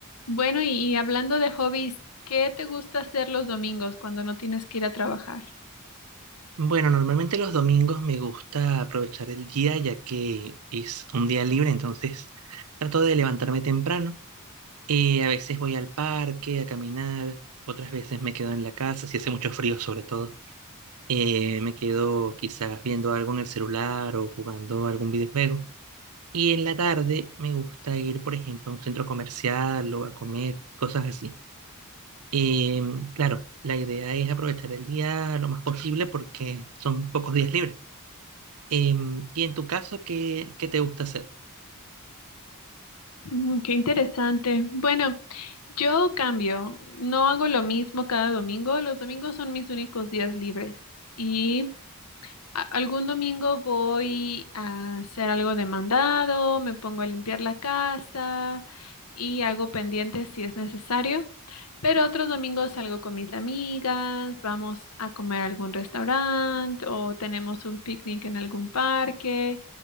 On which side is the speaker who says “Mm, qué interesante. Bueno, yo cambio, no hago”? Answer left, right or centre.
Left